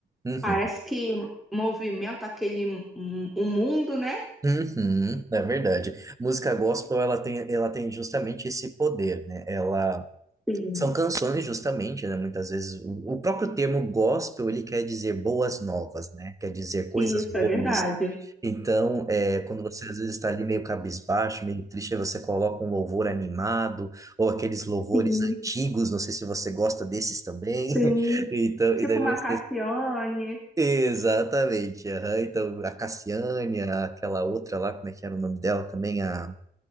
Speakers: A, on the right; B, in the centre.
A: Uhum,
B: Parece que movimenta aquele m- o mundo, né?
A: uhum, é verdade. Música gospel, ela tem, ela tem justamente esse poder, né? Ela
B: Sim.
A: São canções justamente, né? Muitas vezes o o próprio termo gospel ele quer dizer boas novas, né? Quer dizer coisas
B: Isso é
A: boas.
B: verdade.
A: Então, é, quando você às vezes está ali meio cabisbaixo, meio triste, aí você coloca um louvor animado ou aqueles louvores
B: Sim,
A: antigos. Não sei se você gosta desses também.
B: sim.
A: <laughs> Então,
B: Tipo
A: e daí
B: uma
A: você
B: Cassiane.
A: exatamente. aham. Então, a Cassiane, aquela outra lá, como é que era o nome dela também? A